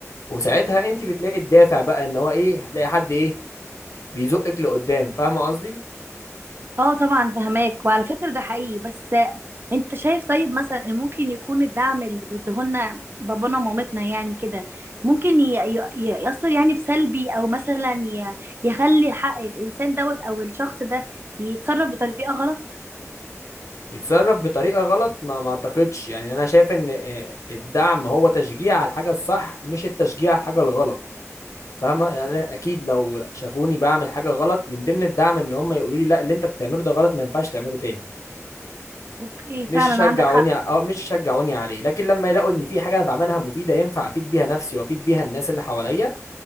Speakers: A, on the left; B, on the right.
A: وساعتها انت بتلاقي الدافع بقى ان هو ايه هتلاقي حد ايه بيزقك لقدام فاهمه قصدي
B: اه طبعا فهماك وعلى فكرة ده حقيقي بس انت شايف طيب مثلا ان ممكن يكون الدعم اللي بيديهولنا بابانا ومامتنا يعني كده ممكن ي- ي- ي- يأثر يعني بسلبي او مثلا ي- يخلي الحق الانسان دوت او الشخص ده يتصرف بطريقة غلط
A: يتصرف بطريقة غلط ما ما اعتقدش يعني انا شايف ان آه، الدعم هو تشجيع على الحاجة الصح مش التشجيع على الحاجة الغلط فاهمة يعني أنا اكيد لو شافوني بعمل حاجة غلط من ضمن الدعم ان هم يقولوا لي لا اللي انت بتعمله ده غلط ما ينفعش تعمله تاني
B: اوكي
A: مش
B: فعلا
A: يشجعوني
B: عندك حق
A: اه مش يشجعوني عليه لكن لما يلاقوا ان في حاجة انا بعملها مفيدة ينفع افيد بيها نفسي وافيد بيها الناس اللي حواليا